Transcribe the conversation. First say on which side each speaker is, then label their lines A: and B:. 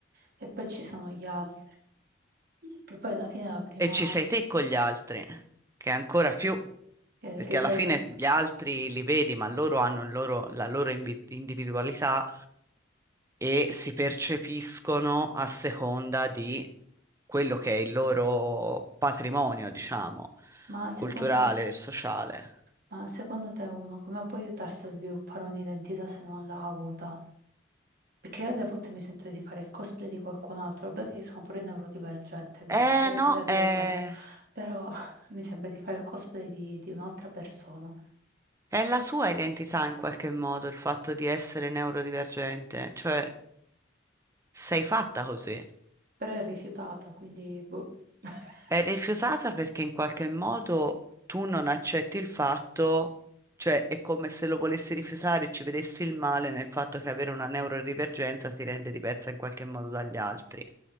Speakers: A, on the right; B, on the right.
A: e poi ci sono gli altri, che poi alla fine la prima
B: E ci sei te con gli altri, che è ancora più,
A: eh,
B: perché
A: riprende.
B: alla fine gli altri li vedi, ma loro hanno il loro- la loro invi- individualità e si percepiscono a seconda di quello che è il loro patrimonio, diciamo,
A: Ma secondo
B: culturale e sociale.
A: Ma secondo te uno come può aiutarsi a sviluppare un'identità se non l'ha avuta? Perché alle volte mi sento di fare il cosplay di qualcun altro, vabbè che io sono pure neurodivergente, quindi
B: Eh
A: c'è anche
B: no,
A: da dire
B: eh.
A: questo, però <laughs> mi sembra di fare il cosplay di, di un'altra persona,
B: È la sua identità in qualche modo il fatto di essere neurodivergente, cioè sei fatta così.
A: però è rifiutata, quindi boh. <laughs>
B: È rifiutata perché in qualche modo tu non accetti il fatto, cioè è come se lo volessi rifiutare e ci vedessi il male nel fatto che avere una neurodivergenza ti rende diversa in qualche modo dagli altri.